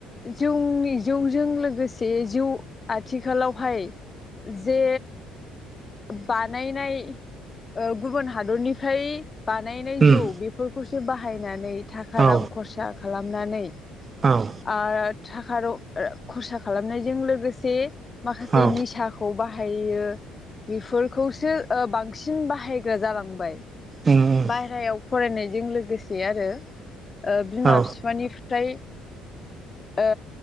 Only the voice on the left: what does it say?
जौनि जौजों लोगोसे जौ आथिखालावहाय जे बानायनाय ओ गुबुन हादरनिफ्राय बानायनाय
जौ बेफोरखौसो बाहायनानै थाखा
रां खरसा खालामनानै
आं थाखा रां खरसा खालामनायजों लोगोसे माखासे
निसा खौ बाहायो बेफोरखौसो बांसिन बाहायग्रा जालांबाय।
बायेरायाव फरायनायजों लोगोसे आरो ओ बिमा
बिफानि फ्राय ओ